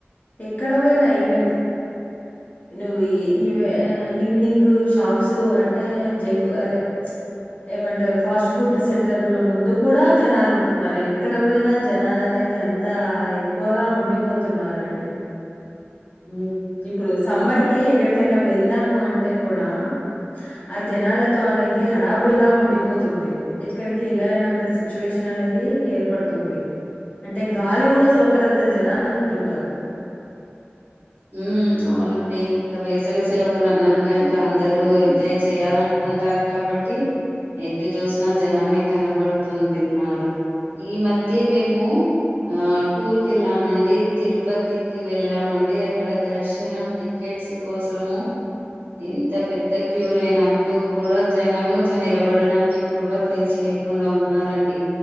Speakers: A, on the left (about 40°); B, on the right (about 50°).
A: ఎక్కడ పోయినా ఈవెన్ నువ్ ఈ ఈవ ఈవినింగ్ షాప్స్ అంటే జంక్ అదే చ ఏమంటరు ఫాస్ట్ ఫుడ్ సెంటర్ల ముందు కూడా జనాలు ఉంటున్నారు ఎక్కడ పోయినా జనాలు అనేది ది అంతా ఎక్కువగా ఉండిపోతున్నారండి
B: ఉ
A: ఇప్పుడు సమ్మర్ కి ఎక్కడికైనా వెళ్దాము అంటే కూడా ఆ జనాలతో అనేది హడావుడిగా ఉండిపోతుంది ఎక్కడికి వెళ్ళలేనంత సిచ్యువేషన్ అనేది ఏర్పడుతుంది అంటే గాలి గుడా శోకనంత జనాలు ఉంటున్నారు <unintelligible>
B: ఉ అవునండి ఇంకా వేసవి సెలవులు అన్నాక ఇంకా అందరు జాయ్ చెయాలనుకుంటారు కాబట్టి ఎటు చూసినా జనమే కనపడుతుందిన్నారు ఈ మధ్య మేము ఆ టూర్ కేళ్ళామండి తిరుపతి కి వెళ్ళామండి అక్కడ దర్శనం టికెట్స్ కోసము ఇంత పెద్ద క్యూలు అయినట్టు కూడా జనం ఇట్లా నిలబడడానికి ఇప్పుడు కూడా ప్లేస్ లే లేకుండా ఉన్నారండి